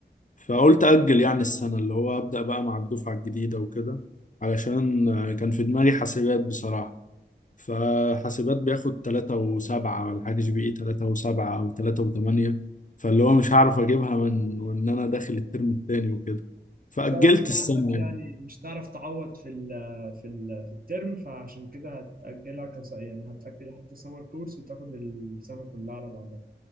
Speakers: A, on the left; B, on the right.
A: فقلت اجل يعني السنه اللي هو ابدا بقى مع الدفعه الجديده وكده علشان كان في دماغي حاسبات بصراحه فحاسبات بياخد تلاتة وسبعة ولا حاجة جي بي إي تلاتة وسبعة أو تلاتة وتمانية فاللي هو مش هعرف أجيبها من وإن أنا داخل الترم التاني وكده فأجلت
B: اه انت
A: السنة
B: عندك
A: يعني
B: يعني مش هتعرف تعوض في ال في ال في الترم فعشان كده هتأجلها كص... يعني هتأجل حتى سمر كورس وتاخد السنة كلها على بعضها